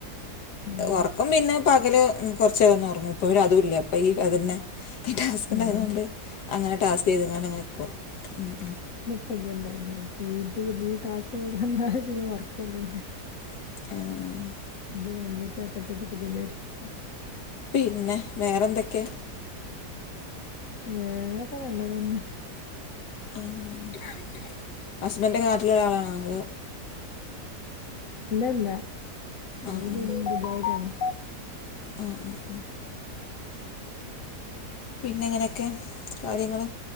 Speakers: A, on the left; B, on the left.
A: ആഹ്
B: ഉറക്കം പിന്നെ പകല് കൊറച്ചേരന്നു ഒറങ്ങും ഇപ്പവര് അതുല്ല അപ്പൊ ഈ അതന്നെ ഈ ടാസ്ക് ഇണ്ടായതേണ്ട്
A: ആഹ്
B: അങ്ങനെ ടാസ്ക് ചെയ്ത്കാണ്ട് രിക്കും ഉം
A: ഇപ്പല്ലല്ലേ അയ്ന് ഇപ്പ ഇത് ഈ ടാസ്ക് വന്നാരെ പിന്നെ ഒർക്കെന്നുല്ല.
B: ആഹ്
A: അത് കംപ്ലീറ്റ് ആക്കട്ടെച്ച്ട്ട് ഇതിമേരിക്കും
B: പിന്നെ വേറെന്തൊക്കെ?
A: വേറെ നല്ലതന്നെ.
B: ആഹ് ഹസ്ബന്റ് നാട്ടില് ല്ലളാണോ അതേ
A: ഇല്ലല്ല ന
B: ആഹ്
A: ഒല്
B: ആഹ്
A: ദുബായിലാണ്
B: ആഹ് ആഹ് ആഹ് പിന്നെ എങ്ങനെയൊക്കെ കാര്യങ്ങള്.